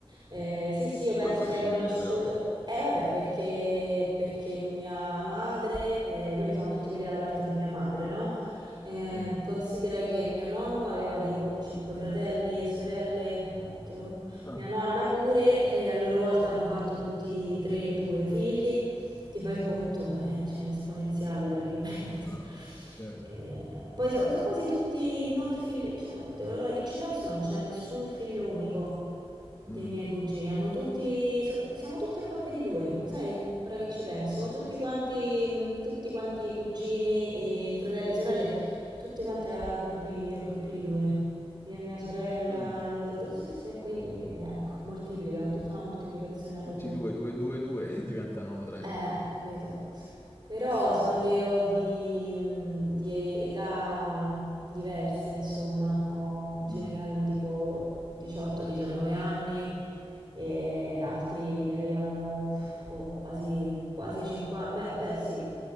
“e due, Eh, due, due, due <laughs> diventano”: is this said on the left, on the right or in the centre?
Left